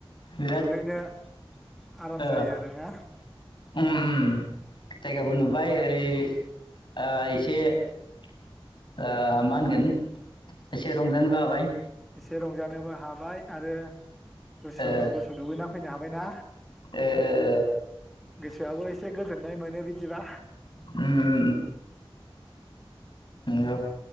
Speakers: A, on the left; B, in the centre.
A: बिराद
B: दुगैनो आराम
A: ओ
B: जायो आरोना
A: उम उम जायगाबो नुहैबाय ओरै ओ एसे ओ मा होनगोन एसे रंजानोबो हाबाय
B: एसे रंजानोबो हाब बाय आरो गुसु
A: ओ
B: गुसु दुगैना फैनो हाबायना
A: ओ ओ
B: गोसोआबो एसे गोजोननाय मोनो बिदिबा
A: उम उम उम नंगौ